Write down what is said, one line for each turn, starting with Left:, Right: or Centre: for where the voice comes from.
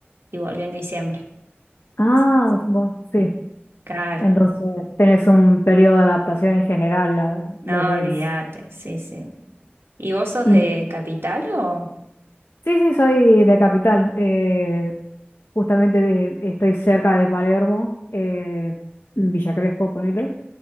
Right: y volví en diciembre.
Left: ah,
Right: Sí, sí.
Left: vos, sí.
Right: Claro,
Left: Entonces tenés un periodo de adaptación en general a
Right: no,
Left: lo que
Right: olvídate,
Left: es.
Right: sí, sí. ¿Y vos sos
Left: Y
Right: de capital o...?
Left: sí, sí, soy de Capital. eh, justamente de- estoy cerca de Palermo, eh, Villa Crespo, ponele.